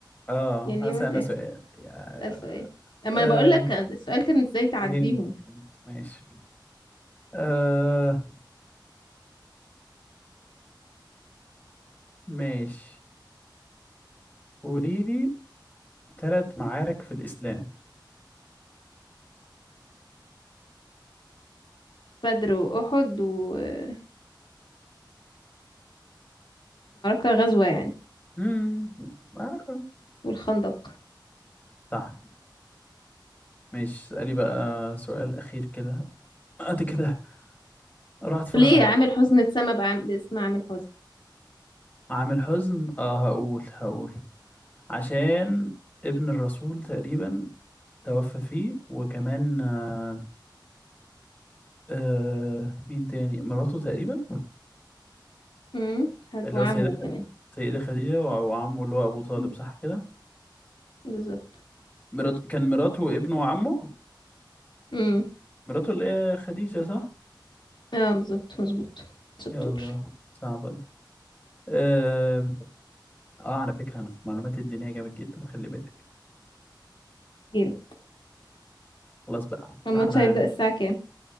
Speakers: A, on the left; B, on the left.
A: اه
B: يعني
A: هسأل
B: متى
A: أنا سؤال يا-
B: اسأل سؤال اما
A: آه
B: انا بقول لك كان- السؤال كان ازاي تعديهم
A: فهمتك فهمت ماشي آه ماشي قولي لي ثلاث معارك في الإسلام
B: بدر واحد ومعركة غزوة يعني
A: امم معركة
B: والخندق
A: صح ماشي اسألي بقى سؤال أخير كده أدي كده أروح أتفرج
B: ليه
A: على الماتش.
B: عامل حزن اتسمى بعام... باسم عامل حزن
A: عامل حزن اه هقول هقول عشان ابن الرسول تقريبا توفى فيه وكمان آه آه مين تاني مراته تقريبا
B: امم هن-
A: اللي
B: وعمه
A: هو سيدة
B: كمان
A: سيدة خديجة وع- وعمه اللي هو أبو طالب
B: مم.
A: صح كده
B: بالظبط
A: مرات كان مراته وابنه وعمه
B: امم
A: مراته اللي هي خديجة صح
B: اه بالظبط مظبوط شطور
A: يا الله صعبة دي آه, آه على فكرة أنا في معلومات الدينية جامد جدا خلي بالك
B: جيم
A: خلاص بقى
B: الماتش
A: راح أنا
B: هيبدأ الساعة كام